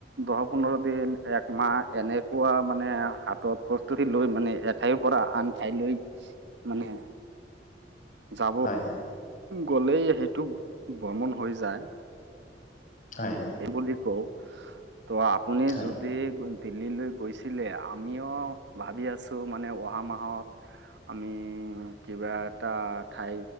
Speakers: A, on the right; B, on the left.
A: দহ পোন্ধৰ দিন একম মা এনেকুৱা মানে হাতত প্ৰস্তুতি লৈ মানে এঠাইৰ পৰা আন ঠাইলৈ। মানে যাব
B: হয় হয়
A: গ'লে সেইটো ভ্ৰমন হৈ যায়।
B: হয় হয়
A: এই বুলি কও। ত' আপুনি
B: হয়
A: যদি। দিল্লীলৈ গৈছিলে আমিও ভাবি আছো মানে অহা মাহত। আমি কিবা এটা ঠাই